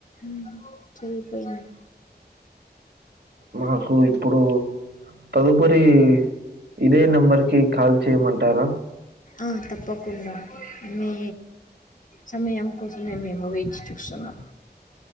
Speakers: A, on the left; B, on the right.
A: ఉ చేయి పోయింది
B: మాకు ఇప్పుడు తదుపరి ఇదే నెంబర్ కి కాల్ చేయమంటారా
A: ఆ తప్పకుండా మీ సమయం కోసమే మేము వేచిచూస్తున్నాం